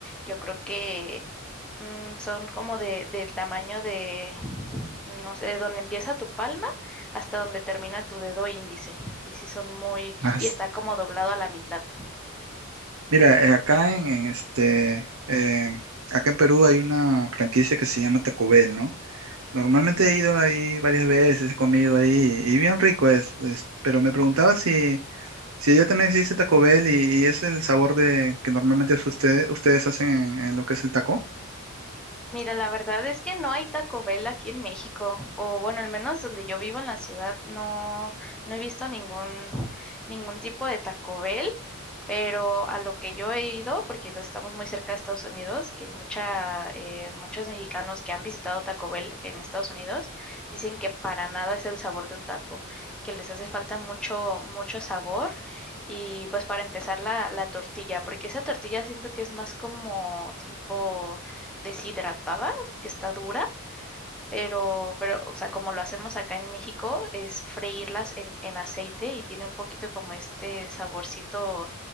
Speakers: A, in the centre; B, on the right.
A: yo creo que mm, son como de, del tamaño de, no sé, de donde empieza tu palma hasta donde termina tu dedo índice. Y sí son muy,
B: Más.
A: y está como doblado a la mitad.
B: Mira, eh, acá en, en este, eh, acá en Perú hay una franquicia que se llama Taco Bell, ¿no? Normalmente he ido ahí varias veces, he comido ahí y bien rico es, es, pero me preguntaba si, si allá también existe Taco Bell y, y es el sabor de que normalmente es usted- ustedes hacen en en lo que es el taco.
A: Mira, la verdad es que no hay Taco Bell aquí en México, o bueno, al menos donde yo vivo en la ciudad, no, no he visto ningún, ningún tipo de Taco Bell, pero a lo que yo he ido, porque pues, estamos muy cerca de Estados Unidos, que mucha, eh, muchos mexicanos que han visitado Taco Bell en Estados Unidos dicen que para nada es el sabor de un taco, que les hace falta mucho, mucho sabor. Y pues para empezar la, la tortilla, porque esa tortilla siento que es más como tipo deshidratada, que está dura, pero, pero, o sea, como lo hacemos acá en México, es freírlas en, en aceite y tiene un poquito como este saborcito,